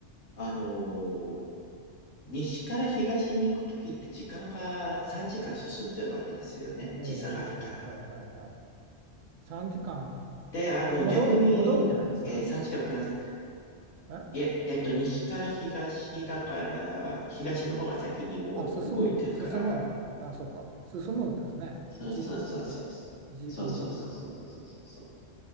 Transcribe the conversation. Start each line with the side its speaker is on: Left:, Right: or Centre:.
Left: あの、西から東に行くときって時間が3時間進んじゃうわけですよね。
Right: えー、
Left: 時差があるから。
Right: はいはいはい。3時間。
Left: で、あの、
Right: 戻る、
Left: 逆に、
Right: 戻るんじゃないです
Left: えー3時間プラス
Right: え
Left: いえ、えっと、西から東だから、東の方が先にもう動いてるから、
Right: あ、進む、進むん、あ、そうか、進むんですね。
Left: そうそうそうそう。
Right: 1、一時間ずつ。
Left: そうそうそうそうそうそうそうそう。